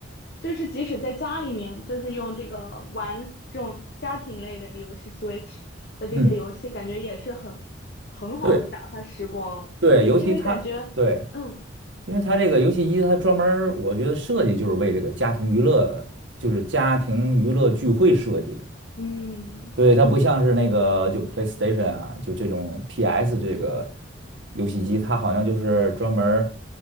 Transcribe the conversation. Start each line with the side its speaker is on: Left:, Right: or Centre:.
Left: 就是即使在家里面，就是用这个玩这种家庭类的游戏，Switch 的这些游戏，
Right: 嗯。
Left: 感觉也是很很好的打发时光，
Right: 对。对，尤其它对，
Left: 因为感觉，嗯
Right: 因为它这个游戏机它专门儿我觉得设计就是为这个家庭娱乐，就是家庭娱乐聚会设计的。
Left: 嗯，
Right: 对，它不像是那个就 PlayStation 啊，就这种 PS 这个游戏机，它好像就是专门儿